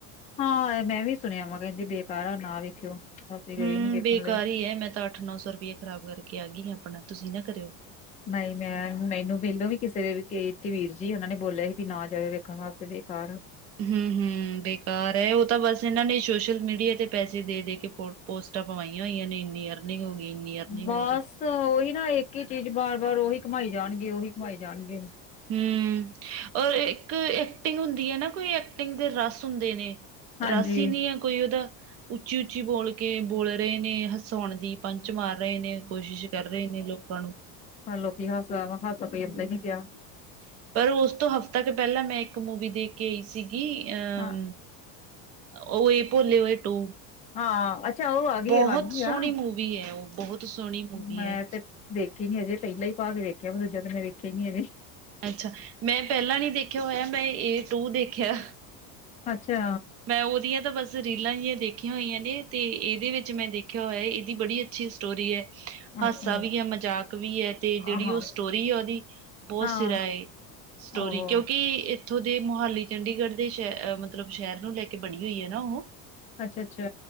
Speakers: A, on the left; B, on the right.
A: ਹਾਂ ਮੈਂ ਵੀ ਸੁਣਿਆ ਵਾ ਕਹਿੰਦੇ ਬੇਕਾਰ ਆ ਨਾ ਵੇਖਿਓ। ਅਸੀਂ ਗਏ
B: ਹਮ
A: ਨੀ ਵੇਖਣ
B: ਬੇਕਾਰ
A: ਲਈ
B: ਹੀ ਹੈ। ਮੈਂ ਤਾਂ ਅੱਠ- ਨੌ ਸੌ ਰੁਪਇਆ ਖਰਾਬ ਕਰਕੇ ਆ ਗਈ ਆਪਣਾ ਤੁਸੀਂ ਨਾ ਕਰਿਓ।
A: ਨਹੀਂ। ਮੈਂ ਮੈਨੂੰ ਮੈਲੋਂ ਵੀ ਕਿਸੇ ਦੇ ਇਥੇ ਵੀਰ ਜੀ ਉਹਨਾਂ ਨੇ ਬੋਲਿਆ ਸੀ ਵੀ ਨਾ ਜਾਇਓ ਵੇਖਣ ਵਾਸਤੇ ਬੇਕਾਰ ਆ।
B: ਹਮ-ਹਮ ਬੇਕਾਰ ਹੈ। ਉਹ ਤਾਂ ਬਸ ਇਹਨ੍ਹਾਂ ਨੇ ਸੋਸ਼ਲ ਮੀਡੀਆ ਤੇ ਪੈਸੇ ਦੇ ਦੇ ਕੇ ਫੋ ਪੋਸਟਾਂ ਪਵਾਈਆਂ ਹੋਈਆਂ ਨੇ। ਇੰਨੀ ਅਰਨਿੰਗ ਹੋ ਗਈ, ਇੰਨੀ ਅਰਨਿੰਗ
A: ਬਸ
B: ਹੋ ਗਈ।
A: ਉਹੀ ਨਾ ਇੱਕ ਹੀ ਚੀਜ਼ ਵਾਰ- ਵਾਰ ਉਹੀ ਘਮਾਈ ਜਾਣਗੇ ਉਹੀ ਘਮਾਈ ਜਾਣਗੇ।
B: ਹਮ ਔਰ ਇੱਕ ਐਕਟਿੰਗ ਹੁੰਦੀ ਹੈ ਨਾ ਕੋਈ ਐਕਟਿੰਗ ਦੇ ਰਸ ਹੁੰਦੇ ਨੇ।
A: ਹਾਂਜੀ
B: ਰਾਸ਼ ਹੀ ਨਹੀਂ ਹੈ ਕੋਈ ਉਹਦਾ। ਉੱਚੀ- ਉੱਚੀ ਬੋਲ ਕੇ ਬੋਲ ਰਹੇ ਨੇ ਹਸਾਉਣ ਦੀ। ਪੰਚ ਮਾਰ ਰਹੇ ਨੇ, ਕੋਸ਼ਿਸ਼ ਕਰ ਰਹੇ ਨੇ ਲੋਕ ਆਪ ਨੂੰ।
A: ਹ ਲੋਕੀ ਹਾਸਾ-ਹਾਸਾ ਕੋਈ
B: ਹੂੰ,
A: ਇਦਦਾ ਹੀ ਨੀ ਪਿਆ।
B: ਪਰ ਉਸ ਤੋਂ ਹਫ਼ਤਾ ਕੁ ਪਹਿਲਾਂ ਮੈਂ ਇੱਕ ਮੂਵੀ ਦੇਖ ਕੇ ਆਈ ਸੀਗੀ ਅਹ
A: ਹਾਂ
B: ਉਹਹੀ ਭੋਲੇ ਓਏ ਟੂ।
A: ਹਾਂ ਅੱਛਾ। ਉਹ ਆ ਗਈ
B: ਬਹੁਤ
A: ਆ ਲਗ ਗਈ
B: ਸੋਹਣੀ
A: ਆ।
B: ਮੂਵੀ ਐ ਉਹ, ਬਹੁਤ ਸੋਹਣੀ ਮੂਵੀ
A: ਮੈਂ
B: ਐ।
A: ਤੇ ਵੇਖੀ ਨੀ ਅਜੇ, ਪਹਿਲਾ ਹੀ ਭਾਗ ਵੇਖਿਆ। ਦੂਜਾ ਤੇ ਮੈਂ ਵੇਖਿਆ ਨੀ ਅਜੇ।
B: ਅੱਛਾ, ਮੈਂ ਪਹਿਲਾਂ ਨੀ ਦੇਖਿਆ ਹੋਇਆ। ਮੈਂ ਏ ਦੋ ਦੇਖਿਆ।
A: ਅੱਛਾ।
B: ਮੈਂ ਉਹਦੀਆਂ ਤਾਂ ਬਸ ਰੀਲਾਂ ਜਿਹੀਆਂ ਦੇਖੀਆਂ ਹੋਈਆਂ ਨੇ। ਅਤੇ ਇਹਦੇ ਵਿੱਚ ਮੈਂ ਦੇਖਿਆ ਹੋਇਆ ਇਹਦੀ ਬੜੀ ਅੱਛੀ ਸਟੋਰੀ ਹੈ। ਹਾਸਾ
A: ਅੱਛਾ
B: ਵੀ ਹੈ। ਮਜ਼ਾਕ ਵੀ ਹੈ ਤੇ ਜਿਹੜੀ
A: ਹਾਂ
B: ਉਹ ਸਟੋਰੀ ਹੈ ਉਹਦੀ ਬਹੁਤ
A: ਹਾਂ
B: ਸਿਰਾ ਏ ਸਟੋਰੀ।
A: ਓਹੋ
B: ਕਿਉਂਕਿ ਇੱਥੋਂ ਦੇ ਮੋਹਾਲੀ, ਚੰਡੀਗੜ੍ਹ ਦੇ ਸ਼ਹਿਹ ਮਤਲਬ ਸ਼ਹਿਰ ਨੂੰ ਲੈ ਕੇ ਤੇ ਬਣੀ ਹੋਈ ਹੈ ਨਾ ਉਹ।
A: ਅੱਛਾ ਅੱਛਾ